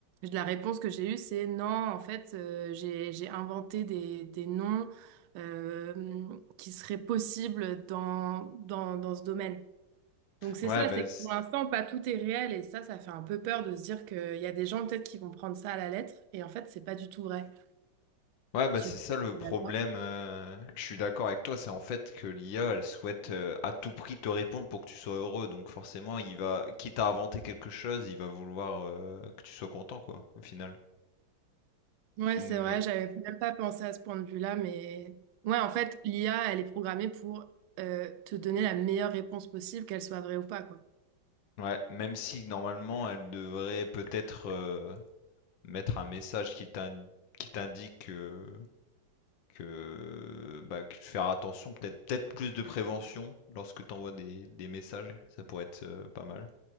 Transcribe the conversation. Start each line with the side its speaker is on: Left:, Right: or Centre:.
Right: La réponse que j'ai eue, c'est non, en fait, euh, j'ai, j'ai inventé des, des noms euh, qui seraient possibles dans, dans, dans ce domaine. Donc, c'est
Left: Ouais,
Right: ça,
Left: ben,
Right: c'est que pour l'instant, pas tout est réel. Et ça, ça fait un peu peur de se dire qu'il y a des gens peut-être qui vont prendre ça à la lettre. Et en fait, c'est pas du tout vrai.
Left: Ouais, bah,
Right: Je
Left: c'est
Right: sais pas
Left: ça le
Right: si t'es
Left: problème,
Right: d'accord.
Left: heu, je suis d'accord avec toi, c'est en fait que l'IA, elle souhaite, heu, à tout prix te répondre pour que tu sois heureux, donc forcément, il va quitte à inventer quelque chose, il va vouloir, heu, que tu sois content, quoi, au final.
Right: Ouais,
Left: Mais
Right: c'est vrai, j'avais même pas pensé à ce point de vue-là, mais ouais, en fait, l'IA, elle est programmée pour euh, te donner la meilleure réponse possible, qu'elle soit vraie ou pas, quoi.
Left: ouais, même si normalement, elle devrait peut-être, heu, mettre un message qui t'in qui t'indique, heu, que, bah, que faire attention, peut-être peut-être plus de prévention lorsque tu envoies des des messages, ça pourrait être, heu, pas mal,